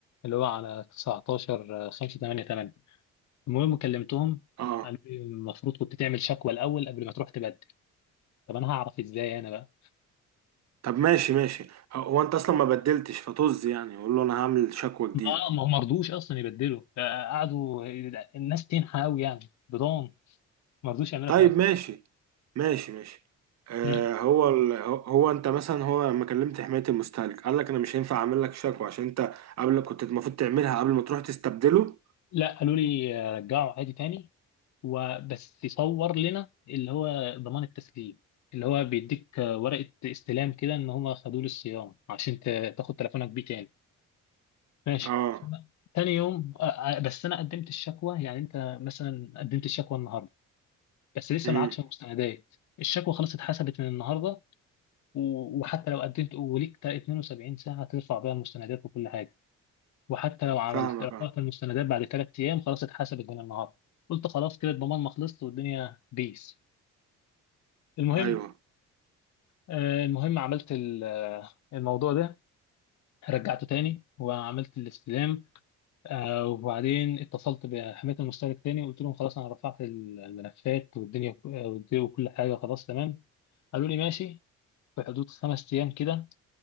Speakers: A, on the left; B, on the right.
A: اللي هو على 19 5 8 8 المهم كلمتهم
B: اه
A: قالوا لي المفروض كنت تعمل شكوى الاول قبل ما تروح تبدل طب انا هعرف ازاي انا بقى
B: طب ماشي ماشي هو انت اصلا ما بدلتش فطز يعني قول له انا هعمل شكوى جديده
A: اه ما هو مرضوش اصلا يبدلوا آه، قعدوا الناس تنحى قوي يعني بضان مرضوش يعملوا
B: طيب
A: حاجه
B: ماشي ماشي ماشي آه
A: مم.
B: هو ال... هو انت مثلا هو لما كلمت حمايه المستهلك قال لك انا مش هينفع اعمل لك شكوى عشان انت قبل كنت المفروض تعملها قبل ما تروح تستبدله
A: لا قالوا لي آه، رجعوا عادي تاني وبس يصور لنا اللي هو ضمان التسليم اللي هو بيديك آه، ورقة استلام كده ان هم خدوه للصيانة عشان ت- تاخد تليفونك بيه تاني ماشي
B: اه
A: تاني يوم آه، آه، بس انا قدمت الشكوى يعني انت مثلا قدمت الشكوى النهارده بس لسه
B: امم
A: معكش مستندات الشكوى خلاص اتحسبت من النهارده و- وحتى لو قدمت وليك تا- 72 ساعة ترفع بيها المستندات وكل حاجة وحتى لو عملت
B: فاهمك
A: رفعت
B: اه
A: المستندات بعد ثلاث ايام خلاص اتحسبت من النهارده قلت خلاص كده الضمان ما خلصت والدنيا بيس المهم
B: ايوه
A: آه، المهم عملت ال- آه، الموضوع ده رجعته تاني وعملت الاستلام آه، وبعدين اتصلت بحماية المشترك تاني وقلت لهم خلاص انا رفعت ال- الملفات والدنيا والدنيا وكل حاجة خلاص تمام قالوا لي ماشي في حدود خمس ايام كده